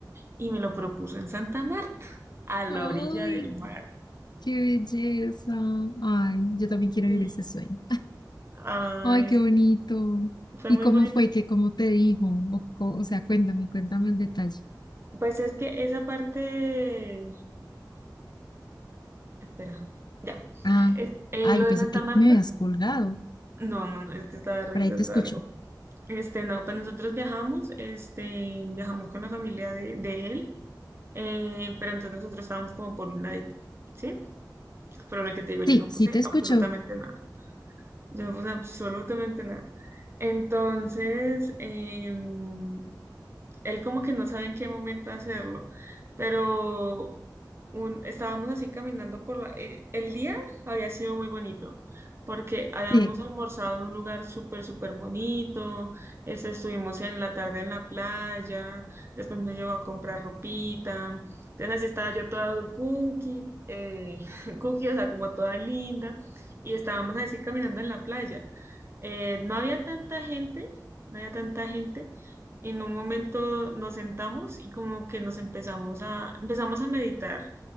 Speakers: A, on the right; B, on the left.
A: y me lo propuso en Santa Marta, a la
B: ¡Ay,
A: orilla del mar.
B: qué belleza! Ay, yo también quiero
A: Sí,
B: vivir ese sueño.
A: ay,
B: ¡Ay, qué bonito!
A: sí, fue
B: ¿Y
A: muy
B: cómo
A: bonito.
B: fue? ¿Qué, cómo te dijo? O, co- o sea, cuéntame, cuéntame el detalle.
A: Pues es que esa parte, espera, ya,
B: Ah,
A: Es- eh,
B: ah,
A: lo
B: yo
A: de
B: pensé
A: Santa
B: que
A: Marta,
B: me habías colgado.
A: no, no, no, es que estaba revisando
B: Por ahí te escucho.
A: algo. Este, no, pues nosotros viajamos, este, viajamos con la familia de, de él, eh, pero entonces nosotros estábamos como por un ladito, ¿sí? Pero lo que te digo, yo
B: Sí,
A: no puse
B: sí te escucho.
A: absolutamente nada, yo no puse absolutamente nada. Entonces, em, él como que no sabe en qué momento hacerlo, pero un- estábamos así caminando por la, eh, el día había sido muy bonito porque habíamos
B: Sí,
A: almorzado en un lugar súper, súper bonito, este, estuvimos en la tarde en la playa, después me llevó a comprar ropita, entonces así estaba yo toda cookie, eh, <laughs> cookie, o sea, como toda linda, y estábamos así caminando en la playa. Eh, no había tanta gente, no había tanta gente, en un momento nos sentamos y como que nos empezamos a, empezamos a meditar